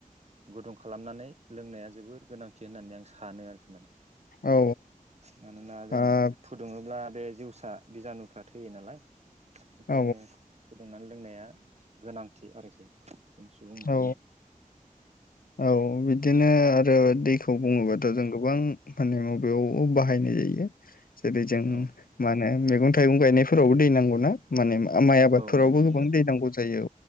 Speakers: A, on the right; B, on the left.
A: गुदुं खालामनानै लोंनाया जोबोर गोनांथि होननानै आं सानो आरोखि माने
B: औ
A: मानोना जों
B: औ
A: फुदुङोब्ला बे जिउसा बिजानुफ्रा थैयो नालाय। बेखायनो
B: औ
A: गोदनानै लोंनाया गोनांथि आरोखि। जों सुबुं माहारिनि
B: औ औ बि दिनो आरो दैखौ बुङोबाथ जों गोबां माने मबेयाव बाहायनाय जायो जेरै जों
A: उम औ
B: मा होनो मैगं-थाइगं गायनायफोरावबो दै नांगौना माने मा माइ आबादफोरावबो
A: औ नांगौ जायो
B: गोबां दै नांगौ जायो